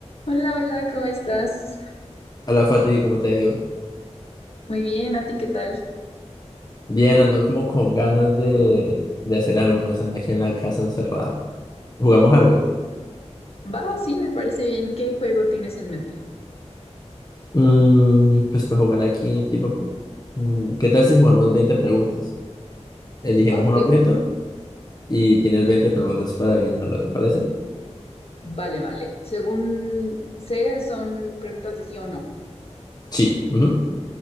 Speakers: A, on the left; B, on the left.
A: Hola, hola, ¿cómo estás?
B: Hola Fati, cómo te digo?
A: Muy bien, ¿a ti qué tal?
B: Bien, ando como con ganas de, de hacer algo, ¿no? Están aquí en la casa encerrado. ¿Jugamos algo?
A: Va, sí, me parece bien. ¿Qué juego tienes en mente?
B: Mm, pues para jugar aquí, tipo, pu- mm, ¿qué tal si jugamos 20 preguntas? Elegimos
A: Ok,
B: un objeto y tienes 20 preguntas para adivinarlo, ¿te parece?
A: vale, vale. Según sé, son preguntas de sí o no.
B: Sí. ujú.